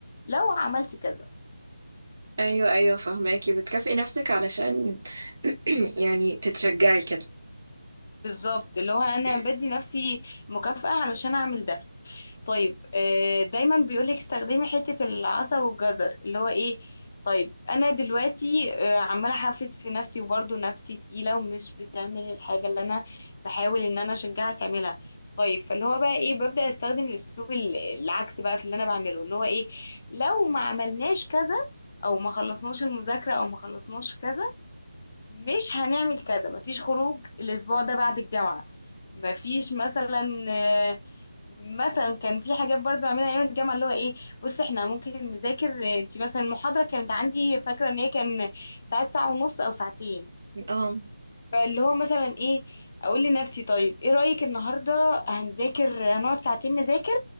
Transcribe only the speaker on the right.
ايوه ايوه فهماكي بتكافئي نفسك علشان <clears throat> يعني تتشجعي كده
<clears throat>
اه